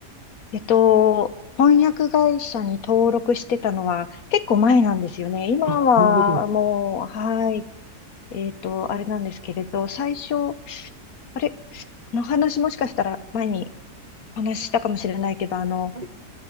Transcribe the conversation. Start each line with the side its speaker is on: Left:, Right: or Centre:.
Left: えっと、翻訳会社に登録してたのは結構前なんですよね。今はもう、
Right: あ、なるほど。
Left: はい。えっと、あれなんですけれど、最初、あれ、この話もしかしたら前にお話ししたかもしれないけど、あの、
Right: はい。